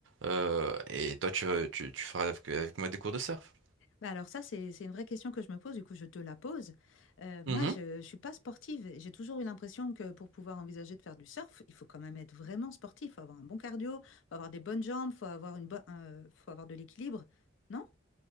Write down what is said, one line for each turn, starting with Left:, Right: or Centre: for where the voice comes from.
Right: euh, et toi, tu, tu, tu feras avec, avec moi des cours de surf.
Left: Bah alors ça, c'est, c'est une vraie question que je me pose, du coup je te la pose. Euh,
Right: Mhm.
Left: moi, je ne suis pas sportive. J'ai toujours eu l'impression que pour pouvoir envisager de faire du surf, il faut quand même être vraiment sportif. Il faut avoir un bon cardio, il faut avoir des bonnes jambes, il faut avoir une bo- euh, faut avoir de l'équilibre. Non?